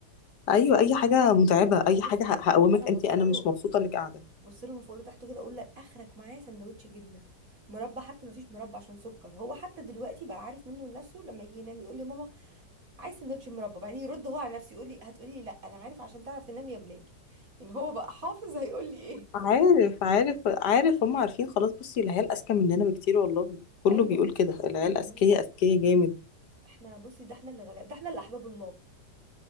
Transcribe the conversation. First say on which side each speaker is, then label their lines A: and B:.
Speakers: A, on the left; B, on the right.
A: ايوه اي حاجه متعبه اي
B: بصي
A: حاجه ه- هقومك
B: اروح انا بصله
A: انت انا مش مبسوطه انك قاعده
B: بصله من فوق لتحت كده اقول لك اخرك معايا سندوتش جبنه مربى حتى ما فيش مربى عشان سكر هو حتى دلوقتي بقى عارف منه لنفسه لما يجي ينام يقول لي ماما عايز سندوتش مربى بعدين يرد هو على نفسه يقول لي هتقولي لي لا انا عارف عشان تعرف تنام يا بلال يعني هو بقى حافظ هيقول لي ايه
A: عارف عارف عارف هم عارفين خلاص بصي العيال اذكى مننا بكتير والله كله
B: ايوه
A: بيقول كده العيال
B: اه والله
A: اذكياء اذكياء جامد
B: احنا بصي ده احنا اللي غلاب ده احنا اللي احباب الله